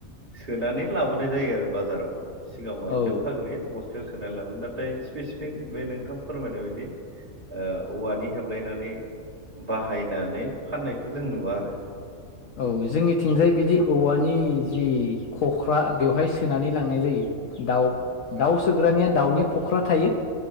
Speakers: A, on the right; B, on the left.
A: सोनानै लाबोनाय जायो आरो बाजाराव। सिगाङाव आइथिंआ
B: औ
A: खाग्रोयो बस्थायाव सोनानै लाबो नाथाय स्पेसिफिक बे नोंथां फोरमायनाय बायदि ओ औवानि हेबलायनानै। बाहायनानै फाननायखौ जों नुवा आरो
B: औ जोंनिथिंजाय बिदि औवानि जि खख्रा, बेवहाय सोनानै लांनाय जायो। दाउ दाउ
A: औ
B: सोग्रानिया दाउनि खख्रा थायो,